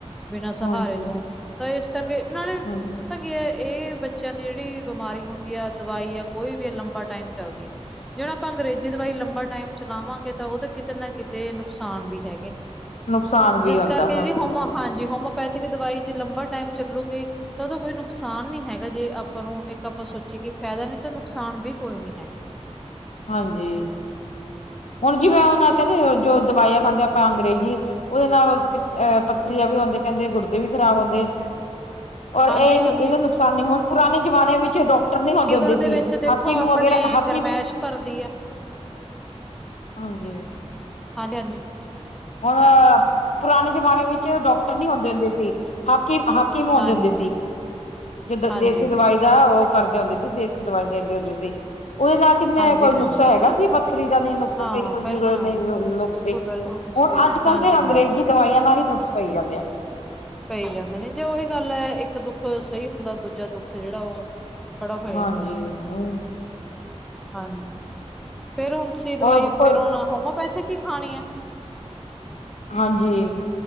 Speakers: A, in the centre; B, on the left (about 80°).
A: ਬਿਨਾ ਸਹਾਰੇ
B: ਹਾਂਜੀ ਹਾਂਜੀ
A: ਤੋਂ ਤਾਂ ਇਸ ਕਰਕੇ ਨਾਲੇ
B: ਹਾਂਜੀ
A: ਪਤਾ ਪਤਾ ਕੀ ਹੈ ਇਹ ਬੱਚਿਆਂ ਦੀ ਜਿਹੜੀ ਬਮਾਰੀ ਹੁੰਦੀ ਏ ਦਵਾਈ ਆ ਕੋਈ ਵੀ ਹੈ ਲੰਬਾ ਟਾਈਮ ਚੱਲਦੀ ਹੈ। ਜਿਹੜਾ ਆਪਾਂ ਅੰਗਰੇਜ਼ੀ ਦਵਾਈ ਲੰਬਾ ਟਾਈਮ ਚਲਾਵਾਂਗੇ ਤਾਂ ਉਹਦੇ ਕਿਤੇ ਨਾ ਕਿਤੇ ਨੁਕਸਾਨ ਵੀ ਹੈਗੇ ਨੇ।
B: ਨੁਕਸਾਨ ਵੀ
A: ਜਿਸ
B: ਹੁੰਦਾ
A: ਕਰਕੇ
B: ਹਾਂਜੀ
A: ਜਿਹੜੀ ਹੋਮੋ ਹਾਂਜੀ ਹੋਮੋ ਹੋਮੋਪੈਥਿਕ ਦਵਾਈ ਜੇ ਲੰਬਾ ਟਾਈਮ ਚੱਲੂਗੀ ਤਾਂ ਉਹਦਾ ਕੋਈ ਨੁਕਸਾਨ ਨੀ ਹੈ ਹੈਗਾ ਜੇ ਆਪਾਂ ਨੂੰ ਇੱਕ ਆਪਾਂ ਸੋਚੀਏ ਕਿ ਫਾਇਦਾ ਨੀ ਤੇ ਨੁਕਸਾਨ ਵੀ ਕੋਈ ਨੀ ਹੈ।
B: ਹਾਂਜੀ ਹੁਨ ਜਿਵੇੈਂ ਉਹਨਾਂ ਆਖਿਆ ਸੀ ਜੋ ਦਵਾਈਆਂ ਖਾਂਦੇ ਆਪਾਂ ਅੰਗਰੇਜ਼ੀ ਉਹਦੇ ਨਾਲ ਅ ਪੱਥਰੀਆਂ ਵੀ ਹੁੰਦੇ ਕਹਿੰਦੇ ਗੁਰਦੇ ਵੀ ਖਰਾਬ ਹੁੰਦੇ।
A: <inaudible> <inaudible>
B: ਔਰ
A: ਹਾਂਜੀ-ਹਾਂਜੀ
B: ਇਹ ਇਹਦਾ ਨੁਕਸਾਨ ਨਹੀ ਹੋਨ ਪੁਰਾਣੇ ਜਮਾਨੇ ਵਿੱਚ ਡਾਕਟਰ ਨਹੀਂ
A: ਲੀਵਰ
B: ਹਉੁੰਦੇ ਹੁੰਦੇ ਸੀ
A: ਦੇ ਵਿੱਚ ਦੇਖੋ
B: ਹਾਕੀਮ
A: ਆਪਣੇ
B: ਵਗੈਰਾ ਹ
A: ਗਰਮੈਸ਼ ਭਰਦੀ ਏ
B: ਹਾਂਜੀ
A: ਹਾਂਜੀ ਹਾਂਜੀ
B: ਹ <inaudible> <inaudible> ਪੁਰਾਣੇ ਜਮਾਨੇ ਵਿੱਚ ਡਾਕਟਰ ਨਹੀਂ ਹੁੰਦੇ ਹੁੰਦੇ ਸੀ ਹਾਕੀਮ ਹਾਕੀਮ ਹੋਂਦੇ
A: ਹਾਂਜੀ।
B: ਹੋਂਦੇ ਸੀ। ਜਿਦ
A: ਹਾਂਜੀ,
B: ਦੇਸੀ ਦਵਾਈ ਦਾ ਉਹ ਕਰਦੇ ਹੁੰਦੇ ਸੀ, ਦੇਸੀ ਦਵਾਈ ਦੇਂਦੇ ਹੁੰਦੇ ਸੀ, ਉਹਦੇ ਨਾਲ ਕਿੰਨਾ
A: ਹਾਂਜੀ-ਹਾਂਜੀ
B: ਕੋਈ ਨੁਕਸਾ ਹੈਗਾ ਸੀ, ਪੱਥਰੀ ਦਾ ਨਹੀਂ ਨੁਕਸਾ
A: ਹਾਂ
B: ਸੀ, ਕੋਈ
A: ਪਹਿਲਾਂ
B: ਨਹੀਂ ਨੁਕਸ ਸੀ <unintelligible>
A: <inaudible> <inaudible>
B: ਹੁਣ ਅੱਜ ਕੱਲ੍ਹ
A: ਹਾਂਜੀ-ਹਾਂਜੀ
B: ਦੇ ਅੰਗਰੇਜ਼ੀ ਦਵਾਈਆਂ ਨਾਲ ਹੀ ਨੁਕਸ ਪਈ ਜਾਂਦੇ ਆ
A: ਪਏ ਜਾਂਦੇ ਨੇ ਜੇ ਉਹੀ ਗੱਲ ਹੈ, ਇੱਕ ਦੁੱਖ ਸਹੀ ਹੁੰਦਾ, ਦੂਜਾ ਦੁੱਖ ਜਿਹੜਾ ਉਹ ਖੜਾ ਹੋ
B: ਹਾਂਜੀ
A: ਜਾਂਦਾ
B: ਨਾ
A: ਹਾਂਜੀ ਫੇਰ ਹੁਣ ਤੁਸੀਂ ਦਵਾਈ
B: ਹੋਰ ਕੋਈ
A: ਫਿਰ ਹੁਣ ਹੋਮਓਪੈਥਿਕ ਹੀ ਖਾਣੀ ਹੈ?
B: ਹਾਂਜੀ